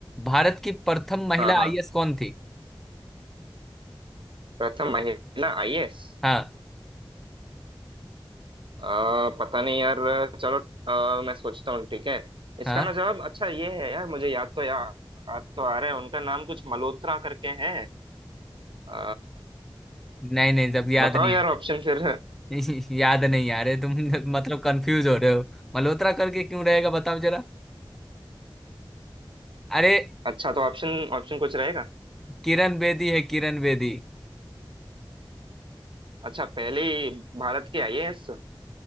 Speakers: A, in the centre; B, on the right (about 70°).
A: भारत की प्रथम महिला
B: हाँ हाँ
A: आईएएस कौन थी
B: प्रथम महिला आईएएस
A: हाँ
B: आ, पता नहीं यार चलो अ, मैं सोचता हूँ ठीक है इसका
A: हाँ
B: ना जवाब अच्छा ये है यार मुझे याद तो यार याद तो आ रहा है उनका नाम कुछ मल्होत्रा करके है अ,
A: नहीं नहीं जब याद
B: बताओ
A: नहीं
B: यार
A: आ
B: ऑप्शन
A: रहा
B: फिर
A: <laughs> याद नहीं आ रहे तुम <laughs> मतलब कंफ्यूज हो रहे हो मल्होत्रा करके क्यों रहेगा बताओ जरा अरे
B: अच्छा तो ऑप्शन ऑप्शन कुछ रहेगा
A: किरण बेदी है किरण बेदी
B: अच्छा पहले ही भारत की आईएएस